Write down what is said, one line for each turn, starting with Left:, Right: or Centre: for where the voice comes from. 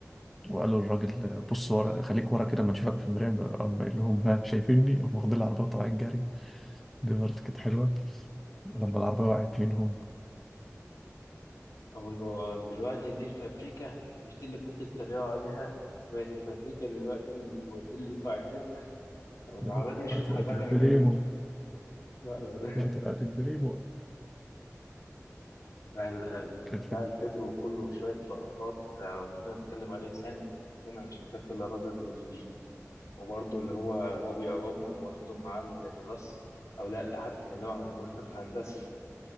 Centre: وقالوا للراجل آه، بص ورا خليك ورا كده ما نشوفك في المرايه قام قال لهم ها شايفيني قام واخدين العربيه وطالعين جري دي برضه كانت حلوة ولما العربية وقعت منهم
Left: أقول له دلوقتي دي الفابريكا مش دي اللي كنت بتتريقوا عليها بقت الفابريكا دلوقتي ودي اللي انتوا عايزينها طب العربية
Centre: دلوقتي
Left: دي مش متحركة
Centre: بقت البريمو
Left: من هنا لا <laughs>
Centre: دلوقتي بقت البريمو
Left: بتاع ال-
Centre: كان
Left: بتاع
Centre: فيلم
Left: الفيلم وكله شوية لقطات لو فضلنا نتكلم عليه سنة سنة مش هنكفي اللقطات اللي فيه وبرضه اللي هو هو بيقومهم واخدهم معاه الكلاس أو لأ ده حتى كان اللي هو لما كنت في هندسة